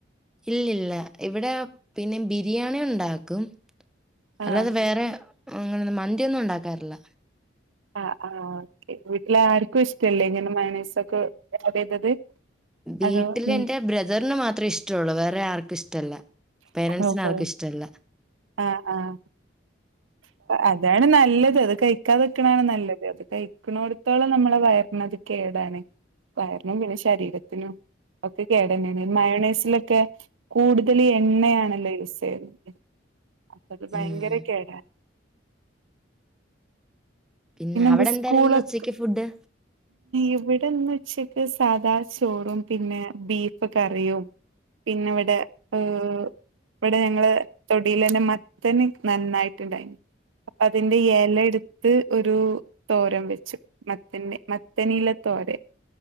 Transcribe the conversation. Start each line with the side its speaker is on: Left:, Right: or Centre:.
Centre: ഇല്ലില്ല ഇവിടെ പിന്നെ ബിരിയാണി ഉണ്ടാക്കും. അല്ലാതെ
Right: ആഹ്
Centre: വേറെ അങ്ങനൊന്നു മന്തിയൊന്നും ണ്ടാക്കാറല്ല
Right: ആഹ് ആഹ് ഒക്കെ വീട്ടിലാര്ക്കും ഇഷ്ടല്ലേ ഇങ്ങനെ മയൊണെയ്സൊക്കെ ചെയ്തത്?
Centre: വീട്ടിലെന്റെ
Right: അതോ ഉം
Centre: ബ്രദറിന് മാത്രേ ഇഷ്ടൊള്ളു വേറെ ആർക്കും ഇഷ്ടല്ല. പേരൻസ്നാർക്കും
Right: ഓഹോ
Centre: ഇഷ്ടല്ല.
Right: ആഹ് ആഹ് അതാണ് നല്ലത് അത് കഴിക്കാതെക്ക്ണാണ് നല്ലത്. അത് കഴിക്കണോട്ത്തോളം നമ്മളെ വയറ്നത് കേടാണ് വയറ്നും പിന്നെ ശരീരത്തിനും. ഒക്കെ കേടന്നേണ് മയോണേസിലൊക്കെ കൂടുതൽ ണ്ണയാണല്ലോ യൂസെയ്യ്ന്നത് അപ്പത് ഭയങ്കര
Centre: ഉം.
Right: കേ
Centre: പിന്നെ അവിടെ
Right: <unintelligible>
Centre: എന്തായിരുന്നു ഇന്ന് ഉച്ചയ്ക്ക് ഫുഡ്?
Right: ഇവിടെന്നുച്ചക്ക് സാധാ ചോറും പിന്നെ ബീഫ് കറിയും. പിന്നെവിടെ ഏഹ് വെടെ ഞങ്ങളെ തൊടീലെന്നെ മത്തന നന്നായിട്ട്ണ്ടായ്ന്. അപ്പ അതിന്റെ എല എടുത്ത് ഒരു തോരം വെച്ചു. മത്തൻ്റെ മത്തനില തോരെൻ.